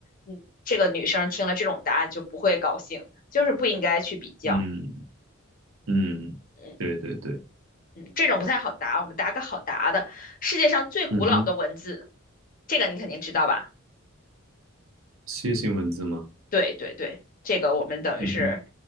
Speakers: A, on the left; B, on the right.
A: 嗯，这个女生听了这种答案就不会高兴的就是不应该去比较，
B: 嗯嗯，
A: 嗯
B: 对对对，
A: 嗯，这种不太好答，我们答个好答的，世界上最古老的文字，
B: 嗯哼，
A: 这个你肯定知道吧？
B: 楔形文字吗？
A: 对对对，这个我们等于是
B: 嗯哼，